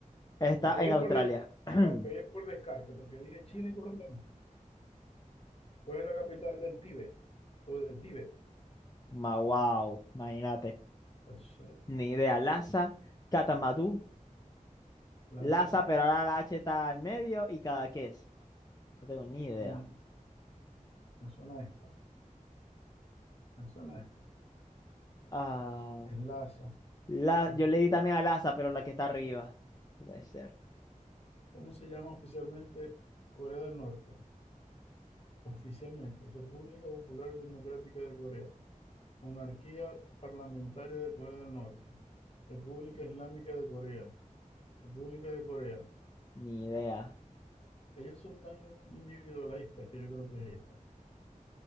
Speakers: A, on the left; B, on the left.
A: Está
B: La pegué
A: en Australia.
B: por de-
A: <clears throat>
B: la pegué por descarte, porque dije China y Colombia. no. ¿Cuál es la capital del Tíbet? O del Tíbet.
A: Ma, wow, imagínate.
B: Lhasa,
A: Ni idea. Lhasa, Catamatú,
B: Lhasa.
A: Lhasa, pero ahora la H está al medio y cada es. No tengo ni idea.
B: Mm, Me suena esta. Me suena esta.
A: Ah,
B: Es Lhasa.
A: La,
B: Yo
A: yo
B: pensé
A: le di
B: que-
A: también a Laza, pero la que está arriba. No puede ser.
B: ¿Cómo se llama oficialmente Corea del Norte? Oficialmente, República Popular Democrática de Corea. Monarquía Parlamentaria de Corea del Norte. República Islámica de Corea. República de Corea.
A: Ni idea.
B: Ellos son tan individualistas que yo creo que es esta.